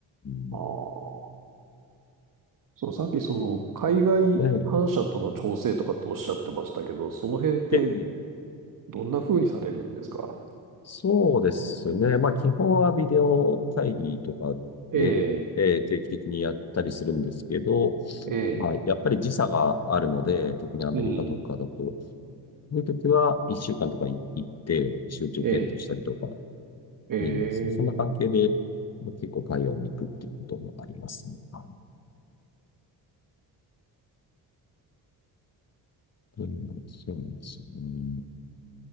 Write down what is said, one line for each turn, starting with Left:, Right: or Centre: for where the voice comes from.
Left: うん。
Right: ああ。そう、さっきその、海外反射との調整とかっておっしゃってましたけど、
Left: え
Right: その辺って
Left: で
Right: どんな風にされるんですか
Left: そうですね。まあ、基本はビデオ会議とかで、
Right: ええ。
Left: えー定期的にやったりするんですけど、
Right: ええ。
Left: まあ、やっぱり時差があるので、特にアメリカとかだと、
Right: うん。
Left: そういう時は、一週間とかい行って、集中検討したりとか、
Right: ええ。ええ。
Left: えーそ、そんな関係で、結構海外に行くっていうこともありますね。はい。というそうなんですよね。